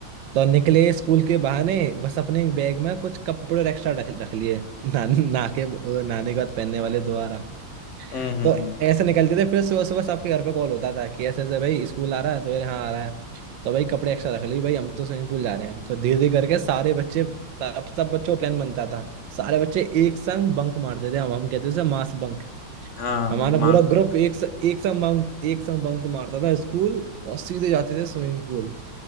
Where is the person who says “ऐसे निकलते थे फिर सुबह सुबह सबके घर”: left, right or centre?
Right